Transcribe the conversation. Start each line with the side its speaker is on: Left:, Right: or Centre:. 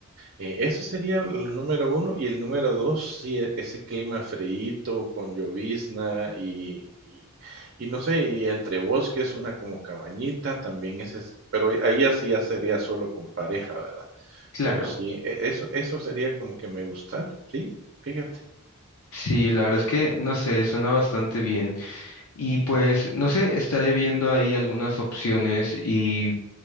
Right: Eh, eso sería el número uno y el número 2, sí, e ese clima freíto con llovizna y y y no sé, y entre bosques, una como cabañita, también ese es pero ahí así ya sería solo con pareja, ¿verdad?
Left: claro.
Right: Pero sí, e eso eso sería como que me gustara, sí, fíjate.
Left: Sí, la verdad es que no sé, suena bastante bien. Y pues, no sé, estaré viendo ahí algunas opciones y